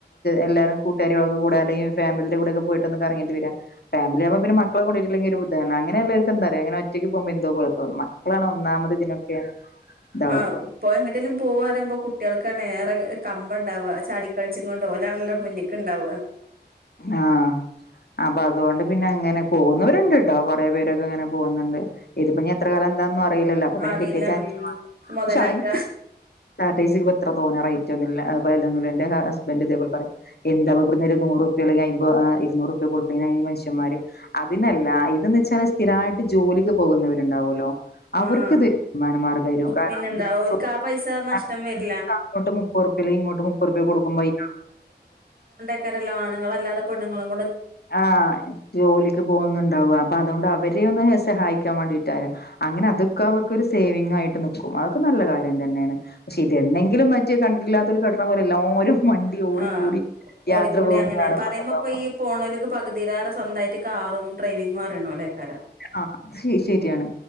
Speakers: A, on the left (about 65°); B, on the right (about 60°).
A: എല്ലാരും കൂട്ടുകാരികളക്കെകു‌ടെ അല്ലെങ്കി ഫമിലിന്റെ കൂടെ ഒക്കെ ഒന്ന് പോയിട്ടൊന്ന് കറങ്ങീട്ട് വരാ ഫമിലി ആകുമ്പോ പിന്നെ മളെ കൊണ്ടരി അല്ലെങ്കിൽ ബുധന അങ്ങനെയുള്ളള്ളർക്ക എന്താറിയോ അങ്ങനെ ഒറ്റയ്ക്ക് പോക്പോ എന്തോപോലെ തോന്നും മക്കളാണ് ഒന്നാമത് ഇതിനൊക്കെ ഇതാവ
B: ആ ഇപ്പൊ എങ്ങേട്ടെങ്കിലും പോവാ പറയുമ്പോ കുട്യാൾക്ക ണെറെ കമ്പംണ്ടാവ ചാടി കളിച്ചുങ്ങോണ്ട് ഓലാണല്ലോ മുന്നിക്ക്ണ്ടാവ
A: ആ അപ്പൊ അതുകൊണ്ട് പിന്നെ അങ്ങനെ പോകുന്നവരുണ്ട്ട്ടോ കൊറെ പേരൊക്കെ അങ്ങനെ പോകുന്നുണ്ട് ഇതിപ്പനി എത്ര കാലം എന്താന്ന് യില്ലല്ലോ അപ്പൊ പിന്നെ
B: അറിയില്ല
A: കിട്ടിയചാൻസ്
B: ഉം
A: <inaudible>
B: മൊതലാക്ക
A: പക്ഷെ അയിന് ടി സി ക്ക് പ്പത്ര റെറ്റൊന്നുല്ല അ ഇപ്പൊ അ എന്റെ ഹസ്ബന്ഡ് ഇതേപോലെ പറയും എന്താപ്പാവടന്ന് ഇ നൂറുപ്യാ അല്ലെങ്കി അയ്മ്പത് ആ ഇുരുനുറുപ്യ കൊടുതുകഴിഞ്ഞ ഈ മനഷ്യന്മാര് അതിനല്ല ഇതന്ന് വെച്ചാല് സ്ഥിര ട്ട് ജോലിക്ക് പോകുന്നവരുണ്ടാവുലോ അവർകിത്
B: ആഹ്
A: മനമാർ <unintelligible> കാരണം
B: പിന്നെന്താ
A: ദിവസവും
B: ഓൽക്ക് ആ പൈസ നഷ്ടം
A: <inaudible>
B: വരില്ല
A: അങ്ങോട്ടും ഇങ്ങോട്ടും മുപ്പർപ്യ അല്ലെങ്കിൽ ഇങ്ങോട്ട് മുപ്പർപ്യ കൊടുക്കുമ്പോ അയിനാ
B: <unintelligible> ആണ്ങ്ങളല്ലാതെ പെണ്ണ്ങ്ങളും
A: ആ ജോലിക്ക് പോകുന്നുണ്ടാവും അപ്പൊ അതോണ്ട് അവരെയോന്ന് സഹായി ക്കാൻ വണ്ടിട്ടായിൻ അങ്ങനെ അതൊക്കെ അവർക്കോരു സേവിംങ്ങായിട്ട് നിക്കും അതൊക്കെ നല്ല കാര്യം തന്നെണ് പക്ഷെത എന്നെങ്കിലും മറ്റെ കണ്ടിട്ടില്ലാത്തൊര് കട്ട്ണെ പോലെ എല്ലാരും മണ്ടി ഓടിക്കൂടി
B: ആഹ് ഓടിക്കൂടി
A: യാത്ര പോകുന്ന
B: അങ്ങനെ
A: കാലം
B: പറയുമ്പോ
A: വന്നല്ലോന്ന
B: ഇപ്പൊ ഈ പോണോല്ക്ക് പകുതിയിലേറെ സ്വന്തായിട്ട് കാറും ഡ്രൈവിങ്ങും അറിയണോല്ലേക്കാരം
A: ആഹ ശ ശരിയാണ്